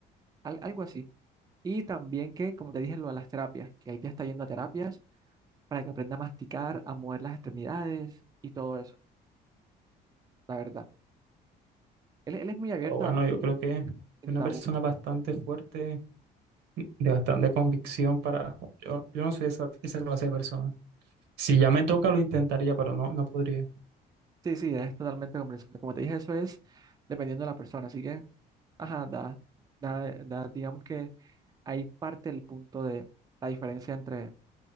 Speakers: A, on the right (about 20°); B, on the right (about 80°).
A: al- algo así. Y también que, como te dije, lo de las terapias, que él ya está yendo a terapias para que aprenda a masticar, a mover las extremidades y todo eso, la verdad. Él, él es muy abierto
B: Pero Bueno,
A: a,
B: yo creo que es
A: en
B: una
A: tabú.
B: persona bastante fuerte, de bastante convicción para... Yo, yo no soy esa, esa clase de persona. Si ya me toca, lo intentaría, pero no, no podría.
A: Sí, sí, es totalmente comprensible. Como te dije, eso es dependiendo de la persona. Así que, ajá, da, da, da- digamos que ahí parte el punto de la diferencia entre